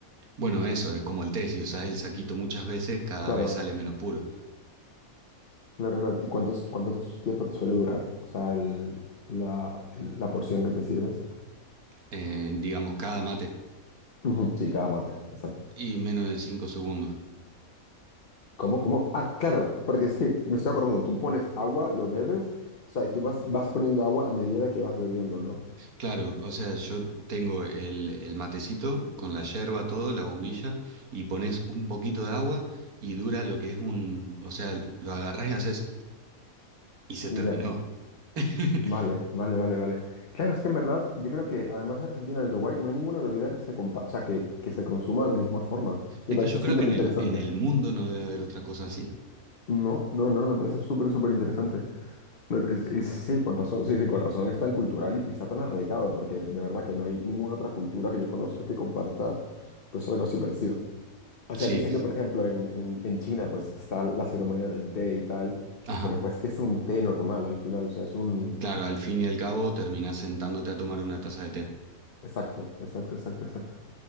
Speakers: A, on the right; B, on the left.
A: bueno, eso, es como el té, si usás el saquito muchas veces, cada
B: Claro,
A: vez sale menos puro,
B: claro, claro. ¿Y cuánto, es- cuánto es- tiempo te suele durar? O sea, el- la, el- la porción que te sirves.
A: eh, digamos, cada mate,
B: Ujú, Sí, cada mate, exacto.
A: y menos de 5 segundos.
B: ¿Cómo, cómo? Ah, claro, porque es que me estoy acordando, tú pones agua, lo bebes, o sea, y tú vas, vas poniendo agua a medida que vas bebiendo, ¿no?
A: Claro, o sea, yo tengo el, el matecito con la yerba, todo, la bombilla, y pones un poquito de agua y dura lo que es un, o sea, lo agarrás y haces, y se
B: Y
A: terminó.
B: ya,
A: <laughs>
B: Vale, vale, vale, vale. Claro, es que en verdad yo creo que además de Argentina y Uruguay no hay ninguna bebida que se compa- o sea, que, que se consuma de la misma forma. Me
A: Es
B: parece
A: que yo
B: súper
A: creo que en
B: interesante.
A: el, en el mundo no debe haber otra cosa así.
B: No, no, no, no, me parece súper, súper interesante. Me pa- es- es- Sí, con razón, sí, sí, con razón es tan cultural y está tan arraigado porque de verdad que no hay ninguna otra cultura que yo conozca que comparta pues algo así parecido. O sea,
A: Sí,
B: sí sé que por ejemplo en, en, en China pues está la ceremonia del té y tal,
A: ajá.
B: pero pues que es un té normal al final, o sea, es un...
A: Claro, al fin y al cabo terminás sentándote a tomar una taza de té.
B: Exacto, exacto, exacto, exacto.